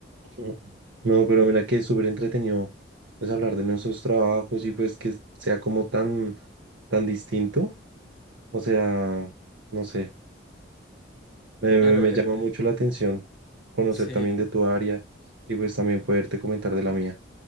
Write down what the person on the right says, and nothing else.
Mm. No, pero mira que es súper entretenido pues hablar de nuestros trabajos y pues que sea como tan, tan distinto. O sea, no sé, me, me-
me
llama mucho la atención conocer
también de tu área y pues también poderte comentar de la mía.